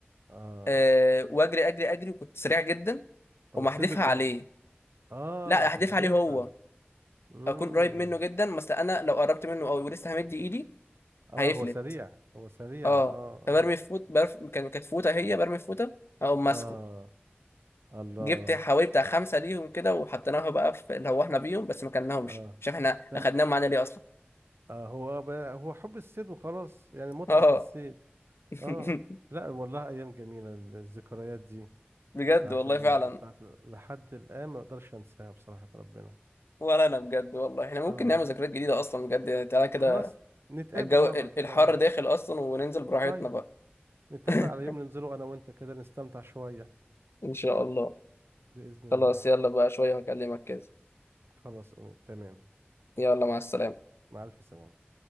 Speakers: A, on the right; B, on the left.
A: اه
B: أه واجري اجري اجري وكنت سريع جدا
A: او
B: وما
A: صدق
B: احدفها عليه
A: اه
B: لا احدفها
A: تحديفة
B: عليه هو
A: امم
B: اكون قريب منه جدا بس انا لو قربت منه قوي ولسه همد ايدي
A: اه
B: هيفلت
A: هو سريع هو سريع
B: اه
A: اه اه
B: فبرمي في فوت برف... كان كانت فوطه هي برمي في فوطه او ماسكه
A: اه الله
B: جبت حوالي بتاع خمسه ليهم كده وحطيناها بقى في اللي هو احنا بيهم بس ما كلناهمش
A: اه
B: مش عارف احنا
A: لم
B: اخدناهم معانا ليه اصلا
A: آه هو آه بقى- هو حب الصيد وخلاص يعني متعة
B: اه
A: في الصيد
B: <laughs>
A: اه لا والله ايام جميلة الذكريات دي
B: بجد
A: بتاعت
B: والله
A: ال...
B: فعلا
A: بتاعت ال... لحد الان ما اقدرش انساها بصراحة ربنا
B: ولا انا بجد والله احنا
A: اه
B: ممكن نعمل ذكريات جديده اصلا بجد يعني تعالى كده
A: خلاص نتقابل
B: الجو
A: مرة
B: ال-
A: كده
B: الحر
A: والله
B: داخل اصلا وننزل براحتنا
A: طيب
B: بقى
A: نتفق
B: <laughs>
A: على يوم ننزله أنا وأنت كده نستمتع شوية
B: ان شاء الله
A: بإذن الله
B: خلاص يلا بقى شويه هكلمك كده
A: خلاص تمام
B: يلا مع السلامه
A: مع ألف سلامة